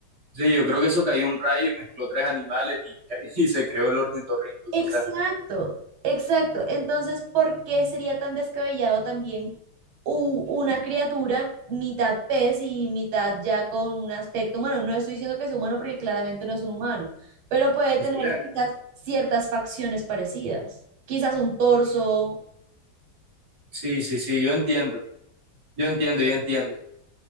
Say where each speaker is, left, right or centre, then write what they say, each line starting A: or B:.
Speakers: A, on the right; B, on the right.
A: Sí, yo creo que eso cayó un rayo y mezcló tres animales y, <laughs> y se creó el ornitorrinco,
B: Exacto,
A: quizá.
B: exacto. Entonces, ¿por qué sería tan descabellado también u- una criatura mitad pez y mitad ya con un aspecto humano? No estoy diciendo que sea humano porque claramente no es un humano, pero puede
A: quizás.
B: tener quizás ciertas facciones parecidas, quizás un torso.
A: Sí, sí, sí, yo entiendo, yo entiendo, yo entiendo.